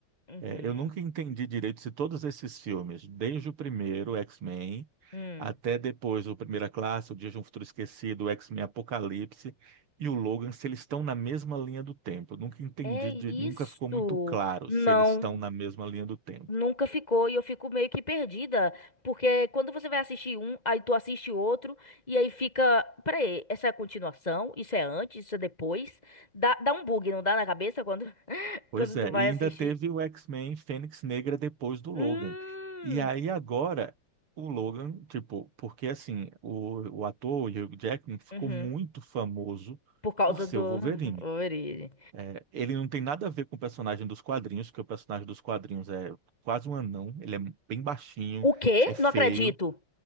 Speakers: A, on the left (about 20°); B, on the right (about 85°).
A: Uhum.
B: É, eu nunca entendi direito se todos esses filmes, desde o primeiro, X-Men,
A: Hum.
B: até depois o Primeira Classe, o Dia de um Futuro Esquecido, o X-Men Apocalipse e o Logan, se eles estão na mesma linha do tempo. Eu nunca entendi,
A: É
B: de-
A: isso.
B: nunca ficou muito claro
A: Não.
B: se eles estão na mesma linha do tempo.
A: Nunca ficou e eu fico meio que perdida, porque quando você vai assistir um, aí tu assiste outro e aí fica, peraí, essa é a continuação, isso é antes, isso é depois. Dá, dá um bug, não dá na cabeça quando, <laughs>
B: Pois
A: quando
B: é,
A: tu vai
B: e
A: assistir?
B: ainda teve o X-Men Fênix Negra depois do Logan.
A: Hum,
B: E aí agora, o Logan, tipo, porque assim, o, o ator, o Hugh Jackman, ficou
A: uhum,
B: muito famoso
A: por causa
B: por ser
A: do
B: o Wolverine.
A: <laughs> origem.
B: É, ele não tem nada a ver com o personagem dos quadrinhos, porque o personagem dos quadrinhos é quase um anão, ele é bem baixinho,
A: O quê?
B: é feio.
A: Não acredito.